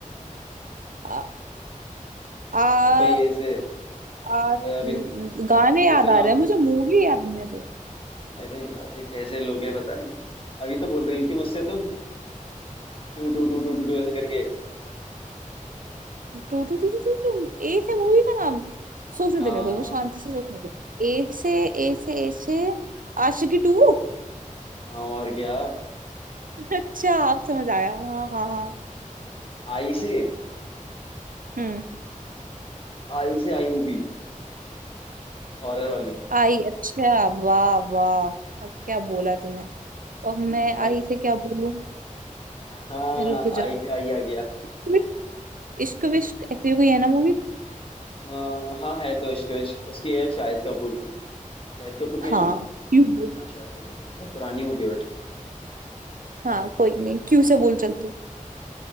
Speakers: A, on the right; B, on the left.
A: आ, आ,
B: अबे ए से
A: आ,
B: अभी तो
A: गाने
B: अभी
A: याद
B: तो
A: आ
B: नाम
A: रहे हैं मुझे मूवी याद नहीं आ रही
B: अरे यार ये कैसे लोग है पता नहीं अभी तो बोल रही थी मुझसे तुम टू टू टू टू टू टू ऐसे करके
A: Two two two two two to ए से मूवी का नाम सोचने
B: हाँ
A: दे मेरे को एक बार शांति से सोचने दे ए से ए से ए से आशिकी टू
B: हाँ, और क्या
A: अच्छा आप समझ आया हाँ हाँ हाँ
B: आई से
A: हम्म
B: आई से आई मूवी हॉरर वाली
A: आई अच्छा वाह वाह अब क्या
B: यार,
A: बोला
B: thank
A: तूने और
B: you,
A: मैं
B: तो आई
A: आई से क्या बोलूं
B: हाँ
A: रुक जा
B: आई पे आई आ गया
A: इश्क विश्क इश्क विश्क ऐसी कोई है ना मूवी
B: अ, हाँ है तो इश्क इश्क उसकी है शाहिद कपूर की शाहिद कपूर की
A: हाँ
B: है ना
A: क्यों बोल
B: हाँ शाहिद कपूर की बहुत पुरानी मूवी है
A: हाँ कोई नहीं क्यू से बोल चलती हूँ